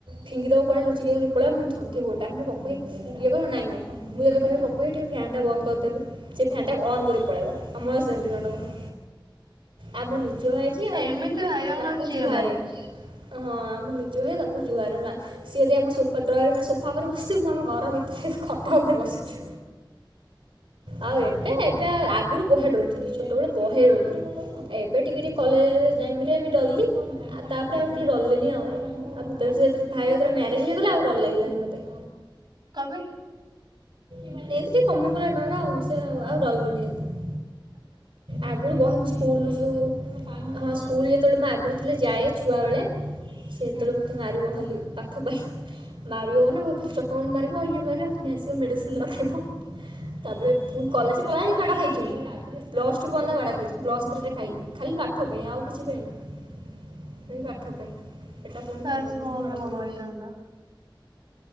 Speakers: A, on the right; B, on the right.
A: ଫିଙ୍ଗିିଦବ କୋଆଡ଼େ ଲୁଚିକି ଧରି ପଳେଇବ ମୁ ଥରୁଥିବି ଗୋଟାପୁଣି <unintelligible> ମୁକହିବି ବାପ <unintelligible> ନାଇଁ ନାଇଁ ମୁଁ ଯଦି କହିବି ପପୁ ଭାଇ ଟିକେ ଫ୍ବ୍ୟାନ୍ ଟା ବନ୍ଦ କରିଦେଲୁ ସେ ଫ୍ବ୍ୟାନ୍ ଟା ଅନ୍ କରି ପଳେଇବ କମଳ ସେ ମାଡଗୋଳ ଆମର ଭାଇ ଯେ ଆଉ
B: ଏମିତି ଭାଇରାଙ୍କର
A: ତାକୁ
B: ଝିଢ଼ା
A: ଜୁହାରେ
B: ଲାଗିବ।
A: ହଁ ମୁ ଯେୁହେ ତାକୁ ଯୁଆରେ ନା ସିଏଦି ଆମ ସୋଫା ଡ୍ରରିଂ ମେ ସୋଫା ଉପ ବସିଥିବ ମୁଁ ଆମ ଘର ଭିତରେ ଖଟ ଉପରେ ବସିିବି ଆଉ ଏବେ ଏବେ ଆ ଆଗରୁ ବହେ ଡରୁ ଛୋଟବେଳେ ବହେଡରୁ ଥିଲି ଏବେ ଟିକେ ଟିକେ କଲେଜ୍ ଟାଇମ୍ରରେ ବି ଡରଲି ଆଉ ତାପରେ ଡରିଲିନି ଆଉ ଆଉ ଭ ସେ ଭାଇ ମ୍ୟାରେଜ ହେଇଗଲା ଆଉ ଡର ଲାଗିଲାନି ମତେ
B: କଣ ପାଇ
A: ଏମତି ଟିକେ କମିଗଲା ଡର ଆଉ ସେ ଆଉ ଡରଲିନି ଏମତି ଆଗରୁ ବହନ୍ତି ସ୍କୁଲରୁ ଯୋଉ ହଁ ସ୍କୁଲ ଯେତେବେଳେ ମୁଁ ଆଗରୁଥିଲି ଯାଏ ଛୁଆ ବେଳେ ସେ ଯେତେବେଳେ
B: ହୁଁ।
A: ମତେ ମାରିବ ଖାଲି ପାଠ ପାଇଁ। ମାରିବ ମାନେ ଖାଲି ଚଟକଣି ମାରିବ ଇଏ ମାରିଵ ପୁଣି ଆସିବ ମେଡିସିନ ଲଗେଇିବ ତାପରେ ପୁଣି କଲେଜରେ ପଢ଼ିବା ମାଡ଼ ଖାଇଛି ମୁଁ। ପ୍ଲସ ଟୁ ପର୍ଯନ୍ତ ମାଡ଼ ଖାଇଛି ପ୍ଲସ୍ ଥ୍ରୀରେ ଖାଇନି ଖାଲି ପାଠ ପାଇଁ ଆଉ କିଛି ପାଇଁ ନୁହେଁ। ସେଇ ପାଠ ପାଇଁ। ଏଟା ପଢ଼ୁନୁ
B: କାସ୍
A: ସେଟା ପଢ଼ୁନୁ
B: ମୋର
A: ମାଡ଼
B: ଗୋଟେ
A: ଖାଇବି
B: ବଡ଼ ଭାଇ ଥାଆନ୍ତା।